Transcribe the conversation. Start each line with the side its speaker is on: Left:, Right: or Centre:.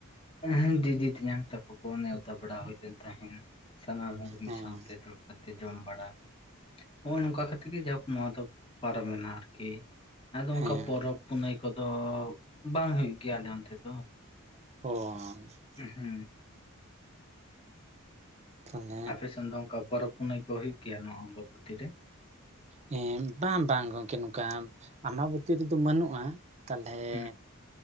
Left: ᱦᱮ ᱫᱤᱫᱤ ᱛᱮᱧᱟᱝ ᱛᱟᱠᱚ ᱠᱚ ᱱᱮᱣᱛᱟ ᱵᱟᱲᱟ ᱦᱩᱭ ᱞᱮᱱ ᱛᱟᱦᱮᱸᱱ, ᱥᱟᱱᱟᱢ ᱦᱚᱲ ᱢᱤᱫ
Right: ᱦᱮᱸ
Left: ᱥᱟᱶᱛᱮ ᱫᱩᱲᱩᱵ ᱠᱟᱛᱮ ᱡᱚᱢ ᱵᱟᱲᱟ, ᱱᱚ-ᱚᱭ ᱱᱚᱝᱠᱟ ᱠᱟᱛᱮᱜ ᱜᱮ ᱡᱟᱭᱦᱳᱠ ᱱᱚᱣᱟ ᱫᱚ ᱯᱟᱨᱚᱢᱮᱱᱟ ᱟᱨᱠᱤ᱾ ᱟᱫᱚ ᱚᱱᱠᱟ
Right: ᱦᱮᱸ
Left: ᱯᱚᱨᱚᱵᱽ ᱯᱩᱱᱟᱹᱭ ᱠᱚᱫᱚ ᱵᱟᱝ ᱦᱩᱭᱩᱜ ᱜᱮᱭᱟ ᱟᱞᱮ ᱚᱱᱛᱮ ᱫᱚ᱾
Right: <unintelligible>
Left: ᱦᱩᱸ
Right: ᱛᱟᱦᱚᱞᱮ
Left: ᱟᱯᱮ ᱥᱮᱫᱚ ᱚᱱᱠᱟ ᱯᱚᱨᱵ ᱯᱩᱱᱟᱹᱭ ᱠᱚ ᱦᱩᱭᱩᱜ ᱜᱮᱭᱟ ᱱᱚᱣᱟ ᱚᱢᱵᱚᱵᱚᱛᱤ ᱨᱮ?
Right: ᱦᱮᱸ ᱵᱟᱝ ᱵᱟᱝ ᱜᱚᱢᱠᱮ ᱱᱚᱝᱠᱟ ᱟᱢᱢᱟᱵᱚᱛᱤ ᱨᱮᱫᱚ ᱵᱟᱹᱱᱩᱜᱼᱟ᱾ ᱛᱟᱞᱚᱞᱮ
Left: ᱦᱮᱸ